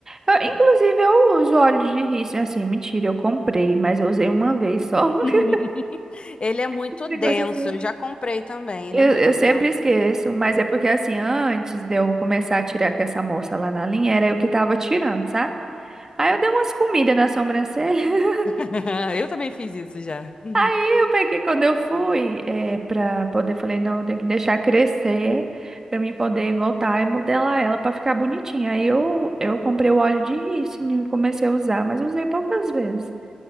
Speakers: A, on the right; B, on the left.
A: Eu- Inclusive,
B: Sim.
A: eu uso óleo de rícino. Assim, mentira, eu comprei, mas eu usei uma vez só. <laughs>
B: <laughs> Ele é muito
A: Esse negócio
B: denso,
A: assim.
B: eu já comprei também.
A: Eu,
B: Ele é muito
A: eu sempre
B: denso.
A: esqueço, mas é porque assim, antes de eu começar a tirar com essa moça lá na linha, era eu que tava tirando, sabe? Aí eu dei umas comidas na sobrancelha. <laughs>
B: <laughs> Eu também fiz isso já. <laughs>
A: Aí eu peguei, quando eu fui, é, pra poder, falei, não, eu tenho que deixar crescer pra mim poder voltar e modelar ela pra ficar bonitinha. Aí eu, eu comprei o óleo de rícino e comecei a usar, mas eu usei poucas vezes.